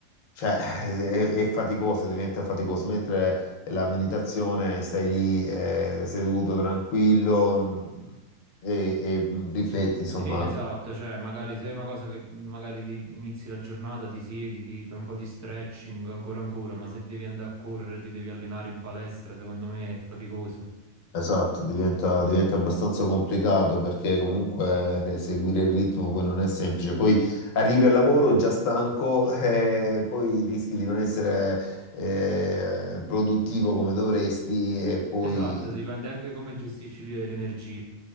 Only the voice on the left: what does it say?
cioè, è, è faticoso, diventa faticoso, mentre la meditazione stai lì eh, seduto, tranquillo mm, e, e mm, rifletti insomma
Esatto, diventa, diventa abbastanza complicato perché comunque eh, seguire il ritmo poi non è semplice. Poi arrivi al lavoro già stanco <laughs> e poi rischi di non essere eh, produttivo come dovresti e poi...